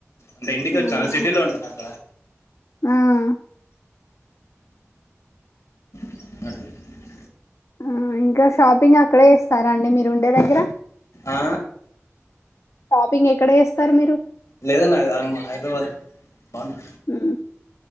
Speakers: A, on the left (about 80°); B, on the left (about 65°).
A: అంటే ఇంటికి వచ్చాను
B: అవునా.
A: సిటిలో ఉంటాను అక్కడ
B: ఆ
A: <inaudible>
B: ఆ ఇంకా షాపింగ్ అక్కడే చేస్తారా అండి మీరు ఉండే దగ్గర
A: ఆ
B: షాపింగ్ ఎక్కడ చేస్తారు మీరు
A: లేదన్న అ హైదరాబాద్ అవును
B: మ్మ్.